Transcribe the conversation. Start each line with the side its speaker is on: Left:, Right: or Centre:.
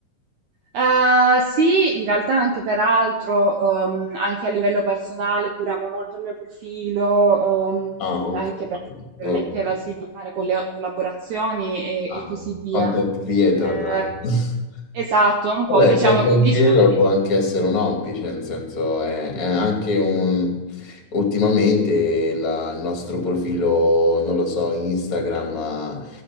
Right: Ehm, sì, in realtà anche per altro, uhm, anche a livello personale curavo molto il mio profilo, uhm,
Left: Ah, ok.
Right: anche perché mi permetteva
Left: ok.
Right: sì di fare colle collaborazioni e
Left: Ah,
Right: e così via.
Left: content creator.
Right: Ehm,
Left: <laughs>
Right: esatto, un
Left: Vabbè,
Right: po' diciamo
Left: content
Right: diciamo
Left: creator
Right: di
Left: può anche essere un hobby, cioè nel senso è, è anche un... Ultimamente la- il nostro profilo, non lo so, Instagram